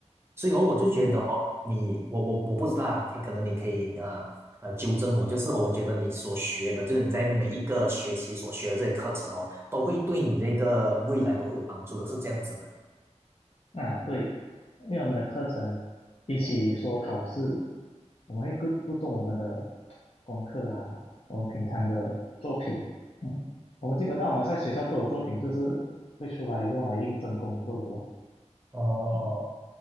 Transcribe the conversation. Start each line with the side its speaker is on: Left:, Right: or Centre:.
Right: 所以哦，我就觉得哦，
Left: 嗯，
Right: 你我我我不知道啊，可可能你可以啊呃纠正我，就是哦我觉得你所学的，就是你在每一个学期所学的这些课程哦，都会对你这个未来都会有帮助的，是这样子吗？
Left: 啊，对，因为我们的课程比起说考试，我们会更注重我们的功课啊，我们平常的作品。
Right: 嗯
Left: 嗯，我们基本上我们在学校做的作品，就是会出来用来应征工作的咯。
Right: 哦。
Left: 嗯。